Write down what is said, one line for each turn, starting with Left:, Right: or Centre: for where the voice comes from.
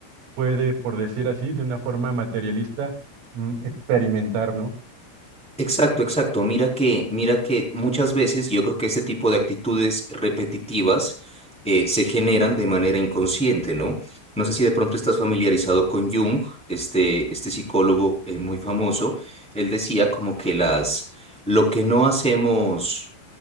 Right: puede, por decir así, de una forma materialista, mm, experimentar, ¿no?
Centre: Exacto, exacto. Mira que, mira que muchas veces yo creo que este tipo de actitudes repetitivas eh, se generan de manera inconsciente, ¿no? No sé si de pronto estás familiarizado con Jung, este, este psicólogo eh, muy famoso. Él decía como que las, lo que no hacemos,